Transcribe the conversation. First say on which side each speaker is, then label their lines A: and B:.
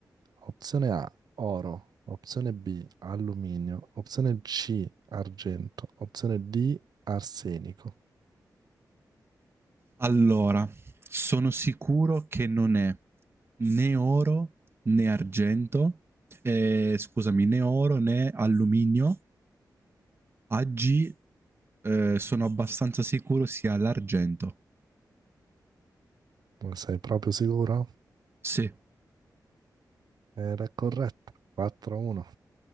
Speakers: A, on the right; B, on the right.
A: Opzione A, oro. Opzione B, alluminio. Opzione C, argento. Opzione D, arsenico.
B: Allora, sono sicuro che non è né oro né argento, eh, scusami, né oro né alluminio. Oggi eh, sono abbastanza sicuro sia l'argento.
A: Non sei proprio sicuro?
B: Sì,
A: Era corretta. 4-1.